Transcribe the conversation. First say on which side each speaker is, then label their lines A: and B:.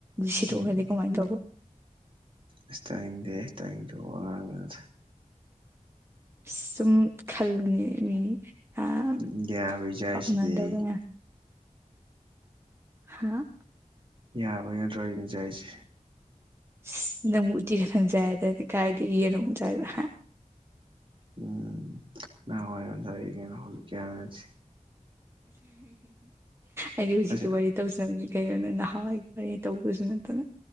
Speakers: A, on the right; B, on the right.
A: ꯁꯤꯗꯣꯛꯈꯔꯥꯗꯤ
B: ꯎꯝ
A: ꯀꯃꯥꯏ ꯗꯧꯕ
B: ꯑꯁ ꯇꯥꯡꯅꯤꯡꯗꯦꯍꯦ ꯇꯥꯅꯤꯡꯗꯕ ꯋꯥ ꯉꯥꯡꯅꯨꯗ
A: ꯑ ꯁꯨꯝ ꯈꯜꯂꯨꯅꯦ ꯃꯤ ꯑꯥ
B: ꯌꯥꯕꯩ ꯆꯥꯏꯁꯤꯗꯤ
A: ꯄꯛꯅꯗꯕ
B: ꯑꯩ
A: ꯍꯥ
B: ꯌꯥꯕꯩ ꯅꯠꯇ꯭ꯔꯣ ꯑꯩꯅ ꯆꯥꯏꯁꯦ
A: ꯏꯁ ꯅꯪꯕꯨ ꯎꯇꯤ ꯑꯁꯪ ꯆꯥꯏꯗꯥꯏꯅꯦ ꯀꯥꯏꯗꯒꯤ ꯌꯦꯟ ꯑꯃꯨꯛ ꯆꯥꯏꯕ ꯍꯥ
B: ꯎꯝ ꯅꯍꯥꯟ ꯋꯥꯏ ꯌꯥꯝ ꯆꯥꯔꯛ ꯏ ꯀꯩꯅꯣ ꯍꯧꯖꯤꯛ ꯀꯤ ꯍꯥꯏꯕ ꯅꯠꯇꯦ
A: ꯑꯩꯗꯤ ꯍꯧꯖꯤꯛ
B: ꯑꯁ
A: ꯀꯤ ꯋꯥꯔꯤ ꯇꯧꯖꯕꯅꯤ ꯀꯩꯅꯣ ꯅꯣꯏ ꯍꯥꯟꯋꯥꯏ ꯋꯥꯔꯤ ꯇꯧꯕꯁꯨ ꯅꯠꯇꯅ